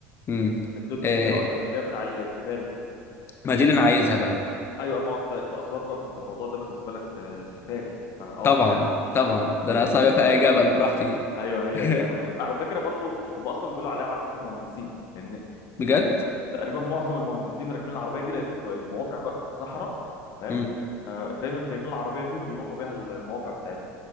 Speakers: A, on the left; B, on the left.
A: امم
B: الدوج
A: إيه
B: فيها اشهر اللي هي بتاع الجبال دي
A: ما دي اللي انا عايزها بقى
B: ايوه اما انت انت اثار بقى فانت الموضوع ده بالنسبه لك آه، سفاري فاه
A: طبعا
B: فعلا
A: طبعا ده انا
B: ايوه
A: اطلع
B: ايوه
A: بيها في
B: ايوه
A: اي جبل
B: ايوه
A: براحتي دي
B: ايوه هي
A: <laughs>
B: دي انا بحب على فكره برضو هم اصلا بيقولوا عليها عربيه المهندسين لان
A: بجد
B: تقريبا معظم المهندسين راكبين العربيه دي لان الم- المواقع بقى في الصحراء فاهم
A: مم.
B: فدايما جايبين العربيه دي وبيروحوا بيها ال- المواقع بتاعتهم